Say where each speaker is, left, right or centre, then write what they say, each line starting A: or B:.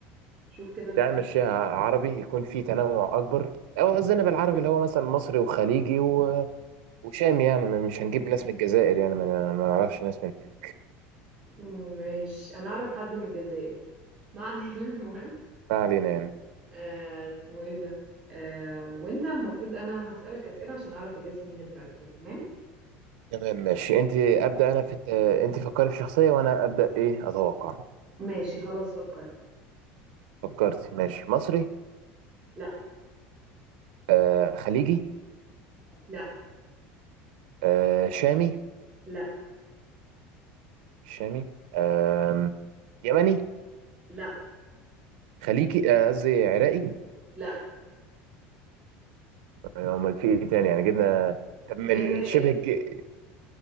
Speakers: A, on the right; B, on the right.
A: شوف كده أنت
B: تعال
A: حابب
B: نمشيها
A: إيه
B: عربي يكون فيه تنوع اكبر او قصدنا بالعربي اللي هو مثلا مصري وخليجي و... وشامي يعني ما- مش هنجيب ناس من الجزائر يعني ما, ما نعرفش ناس من هناك
A: م- مش أنا أعرف حد من الجزائر ما علينا <laughs> المهم
B: ما علينا يعني
A: آه اسمه إيه ده آه وأنت المفروض أنا هسألك أسئلة عشان أعرف أجاس مين الكاركتر تمام
B: تمام ماشي انت ابدا انا في الت... انت فكري في شخصيه وانا ابدا ايه اتوقع
A: ماشي خلاص فكرت
B: فكرت ماشي مصري
A: لا
B: آه خليجي
A: لا
B: آه شامي
A: لا
B: مش شامي آه يمني
A: لا
B: خليجي آه، قصدي عراقي
A: لا
B: آه، امال في ايه تاني يعني جبنا طب من
A: الجزائر
B: شبه الج...